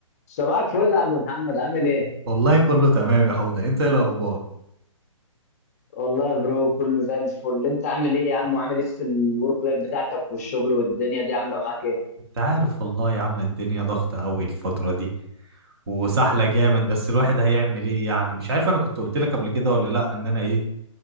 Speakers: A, on the left; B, on the right.
A: صباحك فل يا عم محمد عامل ايه؟
B: والله كله تمام يا حوضة انت ايه الاخبار
A: والله يا برو كله زي الفل انت عامل ايه يا عم وعامل ايه في الورك لايف بتاعتك والشغل والدنيا دي عامله معاك ايه؟
B: انت عارف والله يا عم الدنيا ضغطة قوي الفترة دي وسحلة جامد بس الواحد هيعمل ايه يعني مش عارف انا كنت قلت لك قبل كده ولا لا ان انا ايه